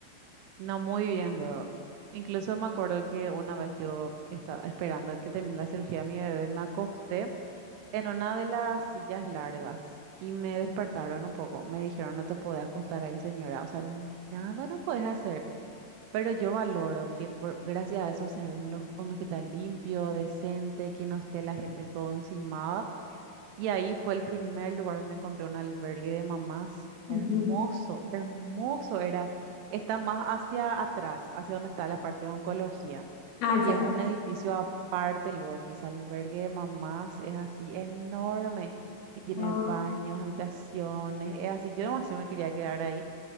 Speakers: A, on the right; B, on the left.
A: No, muy bien luego. Incluso me acuerdo que una vez yo estaba esperando que terminara la cirugía de mi bebé, me acosté en una de las sillas largas y me despertaron un poco. Me dijeron, no te podés acostar ahí, señora. O sea, n- nada no puedes hacer. Pero yo valoro que por, gracias a eso sea un, lo- un hospital limpio, decente, que no esté la gente todo encimada. Y ahí fue el primer lugar donde encontré un albergue de mamás.
B: Ujú.
A: Hermoso, hermoso era. Está más hacia atrás, hacia donde está la parte de oncología.
B: Ah,
A: Y
B: ya.
A: es un edificio aparte luego, quizá el albergue de mamás es así enorme y tiene
B: Wow,
A: baños, habitaciones, es así. Yo demasiado me quería quedar ahí,